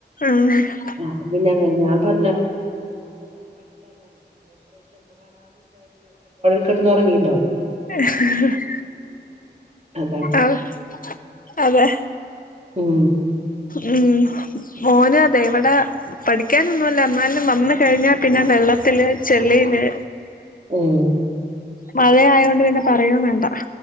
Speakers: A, on the left; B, on the right.
A: ആം ഹ
B: <unintelligible> <unintelligible> അപ്പൊ കിടന്ന് ഒറങ്ങിണ്ടാവും
A: <unintelligible>
B: അതാണ്
A: ആഹ് അതെ
B: ഉം
A: ഉം മോനാതെ ഇവിടെ പഠിക്കാനൊന്നുല്ല എന്നാലും വന്ന കഴിഞ്ഞാ പിന്നെ വെള്ളത്തില് ചെളില്
B: ഉം
A: മഴയായോണ്ട് പിന്നെ പറയെം വേണ്ട